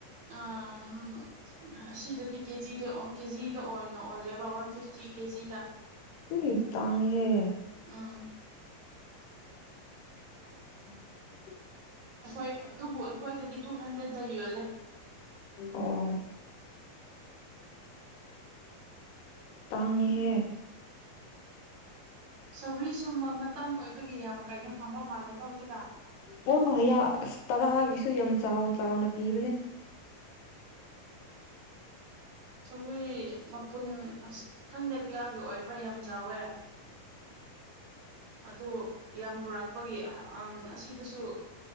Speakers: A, on the right; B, on the left.
A: ꯑ ꯎꯝ ꯑꯁꯤꯗꯗꯤ ꯀꯦꯖꯤꯗ ꯑꯣꯟ ꯀꯦꯖꯤ ꯗ ꯑꯣꯏꯅ ꯑꯣꯜꯂꯦꯕ ꯋꯥꯟ ꯐꯤꯐꯇꯤ ꯀꯦꯖꯤꯗ
B: ꯏꯁ ꯇꯥꯡꯉꯤꯍꯦ
A: ꯎꯝ
B: <inaudible>
A: ꯑꯩꯈꯣꯏ ꯑꯗꯨꯕꯨ ꯑꯩꯈꯣꯏꯗꯗꯤ ꯇꯨ ꯍꯟꯗ꯭ꯔꯦꯠꯇ ꯌꯣꯜꯂꯦ
B: ꯑꯣ ꯇꯥꯡꯉꯤꯍꯦ
A: ꯁꯧꯔꯤꯁꯨ ꯃ ꯃꯇꯝ ꯑꯣꯏꯕꯒꯤ ꯌꯥꯝ ꯀꯥꯏꯅꯣ ꯐꯪꯕ ꯃꯥꯜꯂꯦꯀꯣ ꯍꯧꯖꯤꯛꯀꯥꯟ
B: ꯑꯣ ꯍꯌꯥ ꯑꯁ ꯇꯔꯥꯒꯤꯁꯨ ꯌꯥꯝ ꯆꯥꯎꯅ ꯆꯥꯎꯅ ꯄꯤꯕꯅꯦ <inaudible>
A: ꯁꯧꯒ꯭ꯔꯤ ꯃꯄꯨꯟ ꯈꯪꯗꯦ ꯀꯌꯥꯒꯤ ꯑꯣꯏꯕ꯭ꯔꯥ ꯌꯥꯝ ꯆꯥꯎꯋꯦ ꯑꯗꯨ ꯌꯥꯝ ꯄꯨꯔꯛꯄꯒꯤ ꯑꯍ ꯑꯝ ꯑꯁꯤ ꯑꯗꯨꯁꯨ